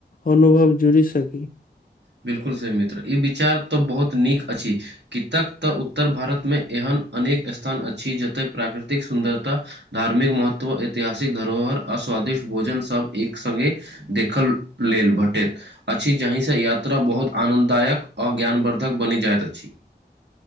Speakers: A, on the left (about 50°); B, on the right (about 75°).
A: अनुभव जोड़ी सकी
B: बिल्कुल सही मित्र ई विचार तऽ बहुत नीक अछि कितक तऽ उत्तर भारतमे एहन अनेक स्थान अछि जतय प्राकृतिक सुन्दरता धार्मिक महत्व ऐतिहासिक धरोहर अस्वादिष्ट भोजन सब एक संगे देखल लेल भेटैत अछि जहिसँ या- त्रा-बहुत आनन्ददायक आ ज्ञानवर्द्धक बनि जाइत अछि